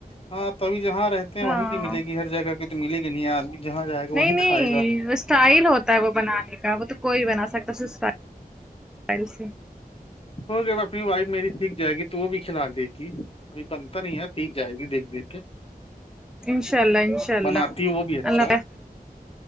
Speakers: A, on the left; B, in the centre.
A: ہاں تبھی جہاں رہتے ہیں وہیں
B: ہاں
A: کی ملے گی ہر جگہ کی تو ملے گی نہیں آدمی جہاں جائے گا وہیں
B: نہیں نہیں
A: کھائے گا
B: وہ اسٹائل ہوتا ہے وہ بنانے کا وہ تو کوئی بنا سکتا س اسل سے
A: ہو گیا ا اپنی وائف میری ٹھیک جائے گی تو وہ بھی کھلا دے گی ابھی بند ا نہیں ہے ٹھیک جائے گی دیکھ دیکھ کے
B: انشاء اللہ انشاء اللہ
A: بناتی ہے وہ بھی اچھا
B: اللہ
A: ہے